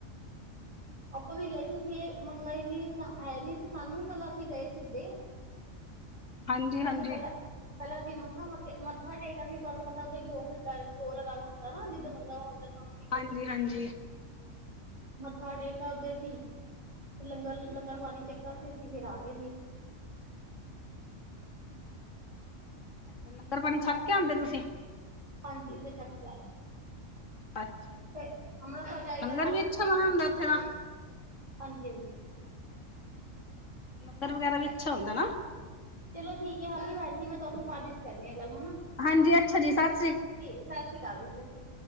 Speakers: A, on the right (about 25°); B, on the left (about 70°).
A: ਆਪਾਂ ਵੀ ਗਏ ਸੀ ਸੇ। ਮਤਲਬ ਇੰਨੀ ਸਾਂ ਹੈ, ਨੀ ਸੀ ਸਾਨੂੰ, ਮਤਲਬ ਅਸੀਂ ਗਏ ਸੀ ਉੱਧੇ।
B: ਹਾਂਜੀ ਹਾਂਜੀ
A: ਅਸੀਂ ਪਹਿਲਾਂ ਪਹਿਲਾਂ ਅਸੀਂ ਮੱਥਾ ਮੋਟਿਆ, ਮੱਥਾ ਟੇਕਿਆ ਸੀਂ। ਤੁਹਾਨੂੰ ਪਤਾ ਉੱਥੇ ਘਿਹੁ ਮਿਲਦਾ। ਘਿਓ ਲਗਾਉਣਾ ਹੁੰਦਾ ਨਾ ਜਿੱਦਾ ਮਤਲਬ ਹੁੰਦਾ ਦਿੱਕਤ
B: ਹਾਂਜੀ-ਹਾਂਜੀ।
A: ਹੁੰਦੀ ਸਾਡੇ ਘਰ ਦੇ ਸੀ। ਲੰਗਰ, ਲੰਗਰ ਪਾਣੀ ਚੱਕਾ ਸੀ। ਅਸੀਂ ਫਿਰ ਆਗੇ ਸੀ।
B: ਲੰਗਰ-ਪਾਣੀ ਛੱਕ ਕੇ ਆਦੇ ਤੁਸੀਂ?
A: ਹਾਂਜੀ! ਉਹਤੇ ਛਕ ਕੇ ਆਏ ਨੇ।
B: ਅੱਛਾ! ਜੀ
A: ਤੇ, ਅੰਮ੍ਰਿਤਸਰ ਜਾਈਦਾ
B: ਲੰਗਰ
A: ਤੋ,
B: ਵੀ ਅੱਛਾ ਬਣਿਆ ਹੁੰਦਾ ਉੱਥੇ ਦਾ
A: ਹਾਂਜੀ- ਹਾਂਜੀ
B: ਲੰਗਰ ਵਗੈਰਾ ਵੀ ਅੱਛਾ ਹੁੰਦਾ ਨਾ।
A: ਚਲੋ ਠੀਕ ਏ ਹਾਂਜੀ ਬੇਣ ਜੀ ਮੈਂ ਤੁਹਾਨੂੰ ਬਾਅਦ 'ਚ ਕਰਨੀ ਆ ਗੱਲ ਹਨਾ।
B: ਹਾਂਜੀ ਅੱਛਾ ਜੀ, ਸਸ
A: ਕਿ ਸਸਰੀ ਕਾਲ ਜੀ, ਸਸੀ